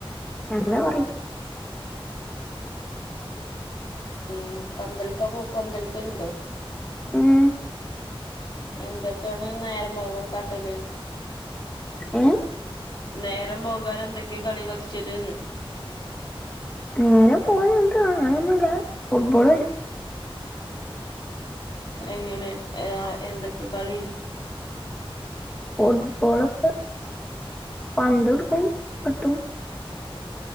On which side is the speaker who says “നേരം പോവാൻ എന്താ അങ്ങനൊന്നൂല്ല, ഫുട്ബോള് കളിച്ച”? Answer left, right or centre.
Left